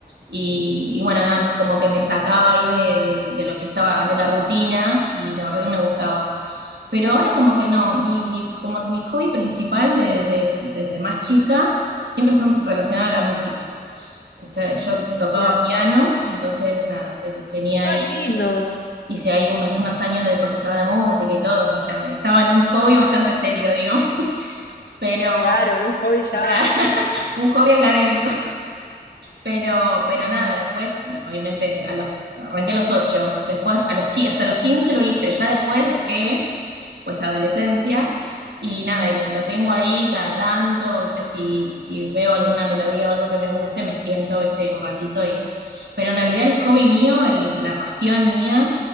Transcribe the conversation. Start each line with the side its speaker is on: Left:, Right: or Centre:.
Right: Y,
Left: Sí,
Right: y bueno,
Left: súper,
Right: nada, me- como que me sacaba ahí de, de- de lo que estaba, de la rutina, y la verdad que me gustaba. Pero ahora como que no, mi, mi- como que mi hobby principal de- de- desde más chica siempre fue relacionado a la música. Este, yo tocaba
Left: claro.
Right: piano, entonces nada, te- tenía
Left: Ay,
Right: ahí,
Left: qué lindo.
Right: hice ahí unos, unos años de profesor de música y todo, o sea, me- estaba en un hobby bastante serio, <laughs> digamos, pero
Left: Claro, era un hobby ya.
Right: claro, <laughs> un hobby académico. Pero, pero nada, después, obviamente, a los, arranqué a los ocho después a los, qui- hasta los 15 lo hice, ya después
Left: Claro,
Right: dejé, pues, adolescencia, y nada,
Left: claro.
Right: y lo, lo tengo ahí cada tanto, ¿viste? Si, si veo alguna melodía o algo que me guste, me siento, ¿viste? Un ratito y... Pero en realidad el hobby mío, el- la pasión mía,